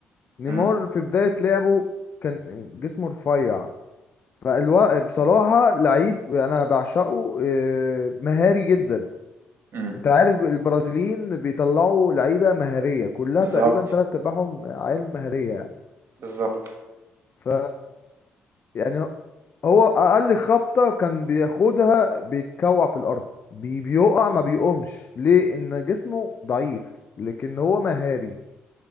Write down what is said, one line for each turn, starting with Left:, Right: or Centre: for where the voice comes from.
Left: نيمار
Right: مم.
Left: في بدايه لعبه كان جسمه رفيع فالوا بصراحه لعيب انا بعشقه آه، مهاري جدا
Right: مم.
Left: انت عارف البرازيليين بيطلعوا لعيبه مهاريه كلها
Right: بالظبط
Left: تقريبا تلات ارباعهم عيال مهاريه يعني.
Right: بالظبط
Left: ف يعني هو اقل خبطه كان بياخدها بيتكوع في الارض بي بيقع ما بيقومش ليه ان جسمه ضعيف لكن هو مهاري